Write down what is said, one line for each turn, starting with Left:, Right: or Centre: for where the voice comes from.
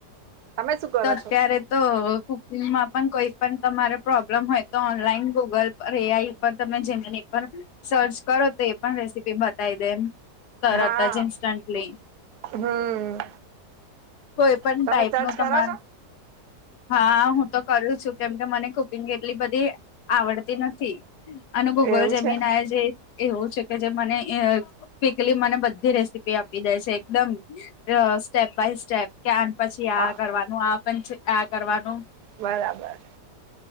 Right: તમે શું કરો
Left: તરસ્યારે
Right: છો
Left: તો કુકિંગમાં પણ કોઈ પણ તમારે પ્રોબ્લેમ હોય તો ઓનલાઈન ગૂગલ પર એ આઈ તમે જેમની પર સર્ચ કરો તો એ પણ રેસીપી બતાવી દેમ તરત
Right: હા
Left: જ ઇન્સ્ટંન્ટલી
Right: હમ
Left: કોઈ પણ
Right: તમે
Left: ટાઈપ
Right: સર્ચ
Left: નો
Right: કરો
Left: તમાર
Right: છો
Left: હા હું તો કરું છું કેમકે મને કુકિંગ એટલી બધી આવડતી નથી અને ગૂગલ
Right: એવું
Left: જીમીનાઈ
Right: છે
Left: જે એવું છે કે જે મને ક્વિકલી મને બધી રેસીપી આપી દે છે એકદમ સ્ટેપ બાય સ્ટેપ કે આ પછી આ
Right: હા
Left: કરવાનું આ આ કરવાનું.
Right: બરાબર